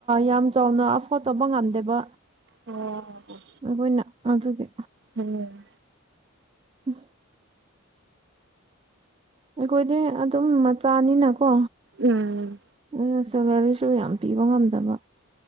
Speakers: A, on the right; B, on the right.
A: ꯌꯥꯝ ꯆꯥꯎꯅ ꯑꯐꯣꯔꯠ ꯇꯧꯕ ꯉꯝꯗꯦꯕ
B: ꯑꯣ ꯑꯣ
A: ꯑꯩꯈꯣꯏꯅ ꯑꯗꯨꯒꯤ
B: ꯎꯝ
A: <unintelligible> ꯑꯩꯈꯣꯏꯗꯤ ꯑꯗꯨꯝ ꯃꯆꯥꯅꯤꯅꯀꯣ
B: ꯎꯝ
A: ꯎꯝ ꯁꯦꯂꯔꯤꯁꯨ ꯌꯥꯝ ꯄꯤꯕ ꯉꯝꯗꯕ